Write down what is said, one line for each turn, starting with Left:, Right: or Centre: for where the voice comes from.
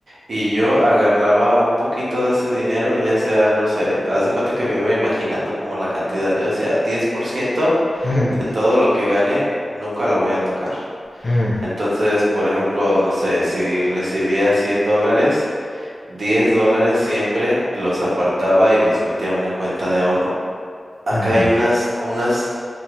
Right: y yo agarraba un poquito de ese dinero, ya sea, no sé, haz de cuenta que me iba imaginando como la cantidad. Yo decía, 10%
Left: ujú,
Right: de todo lo que gane, nunca lo voy a tocar.
Left: ujú,
Right: Entonces, por ejemplo, no sé, si recibía 100 dólares, 10 dólares siempre los apartaba y los metía a una cuenta de ahorro. Acá
Left: ujú,
Right: hay unas, unas